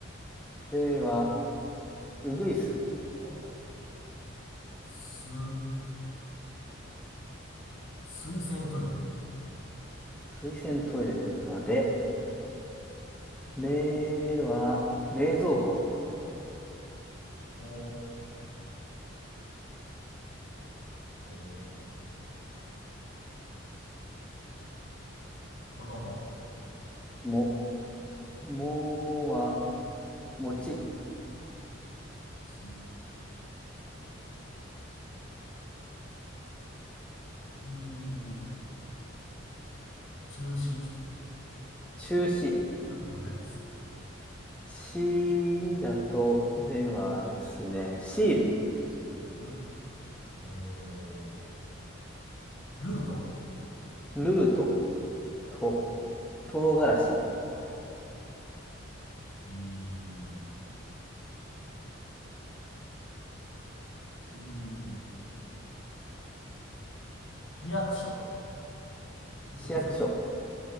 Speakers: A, in the centre; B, on the left (about 65°).
A: では、うぐいす。
B: おー、す、水洗トイレ。
A: 水洗トイレということは、れ。
B: え、
A: れは、冷蔵庫。
B: おー、こ、こ、子供。
A: も。もは、餅。
B: もうち、ち、中止。
A: 中止。
B: よくわからないです。
A: しだと、ではですね。シール。
B: ちる、る、えー、ルート。
A: ルート。と。唐辛子。
B: あ、ち、ち、んリアクション。
A: 市役所。
B: よですかね。